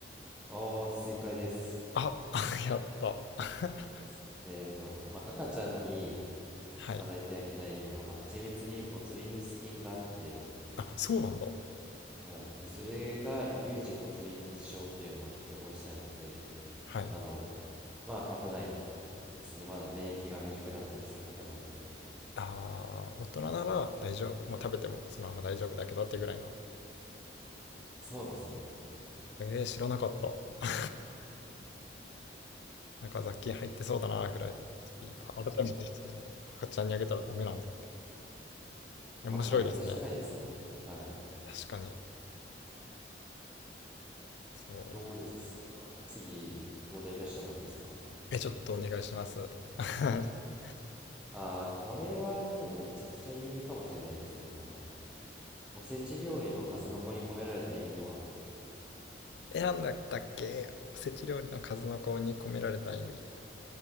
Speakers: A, in the centre; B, on the left.
A: あー、正解です。
B: あ、あ <laughs> やった。<laughs>
A: すえっと、まあ、赤ちゃんに
B: はい。
A: 与えてはいけない理由は、まあ、蜂蜜にボツリヌス菌があって、
B: あ、そうなんだ。
A: はい。で、それが乳児ボツリヌス症っていうのを引き起こしちゃうんで、
B: はい。
A: あの、まあ危ないですね。まだ免疫が未熟だったりする赤ちゃんにとって。
B: ああ、大人なら大丈夫。まあ、食べてもそのまま大丈夫だけどってぐらいの。
A: そうですね。
B: えー、知らなかった。<laughs> なんか雑菌入ってそうだなぐらい。ちょっと改めてその赤ちゃんにあげたらダメなんだって。うん、
A: まあ加熱してないですもんね。
B: 面白いですね。
A: はい。
B: 確かに。そう。
A: どうですか次、問題出してもいいですか
B: え、ちょっとお願いします。<laughs>
A: ああー、これはもうめちゃくちゃ有名かもしれないですね。あの、おせち料理の数の子に込められた意味とは、
B: 選んだっけおせち料理の数の子に込められた意味。